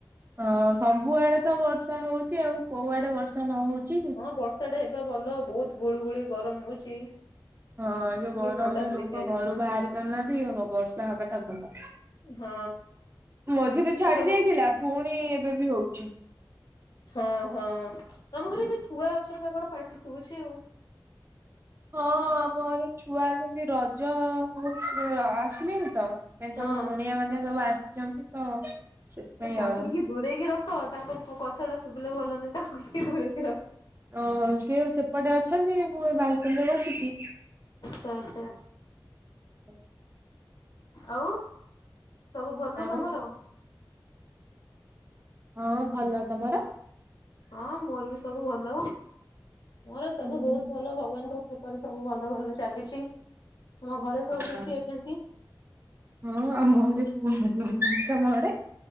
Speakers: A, on the right (about 30°); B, on the left (about 65°).
A: ହଁ ସବୁଆଡେ ତ ବର୍ଷା ହଉଛି ଆଉ କୋଉ ଆଡେ ବର୍ଷା ନ ହଉଛି କି।
B: ହଁ ବର୍ଷା ଟା ହେବା ଭଲ ବହୁତ ଗୁଳିୁ ଗୁଳି ଗରମ ହଉଛି।
A: ହଁ ଏ ଯୋଉ
B: ଟିକେ
A: ଗରମରେ
B: ଥଣ୍ଡା
A: ଲୋକ
B: ପଡିଛି ଆଜି
A: ଘରୁ ବାହାରି ପାରୁନାହାନ୍ତି ବର୍ଷା ହେବା ଟା ଭଲ।
B: ହଁ
A: ମଝି ରେ ଛାଡି
B: ଆଉ ତମ
A: ଦେଇଥିଲା ପୁଣି ଏବେ ବି ହେଉଛି।
B: ହଁ ହଁ ତମ ଘରେ ଏବେ ଛୁଆ ଅଛନ୍ତି ନା କଣ ପାଟି ଶୁଭୁଛି ଆଉ।
A: ହଁ ଆମଘରେ ଛୁଆ ଅଛନ୍ତି ରଜ ହ ଆସିଲେଣି ତ ଏ
B: ହଁ।
A: ସବୁ କୁଣିଆ ମାନେ ସବୁ ଆସିଛନ୍ତି। ତ ସେଥିପାଇଁ
B: ଏ ତାଙ୍କୁଟିକେ
A: ଆଉ
B: ଦୂରେଇକି ରଖ ତାଙ୍କ କଥା ଟା ଶୁଭିଲେ ଭଲ ନୁହେଁ ତ ଟିକେ ଦୂରେଇକି ରଖ।
A: ଓହୋ ସିଏ ସେପଟେ ଅଛନ୍ତି ମୁଁ ଏ ବାଲକୁନ ରେ ବସିଛି।
B: ଆଛା।
A: ହୁଁ
B: ଆଉ ସବୁ ଭଲ
A: ଆଉ
B: ତମର?
A: ହଁ ଭଲ ତମର?
B: ହଁ ମୋର ବି ସବୁ ଭଲ ମୋର ସବୁ
A: ହୁଁ
B: ବହୁତ ଭଲ ଭଗବାନଙ୍କ କୃଅ ଘରେ ସବୁ ଭଲ ଭଲ ଚାଲିଛି ଆମ ଘରେ ସବୁ କେମତି
A: ହଁ
B: ଅଛନ୍ତି?
A: ହଁ ଆମୋ ଘରେ ସବୁ ଭଲ ଅଛନ୍ତି, ତମ ଘରେ?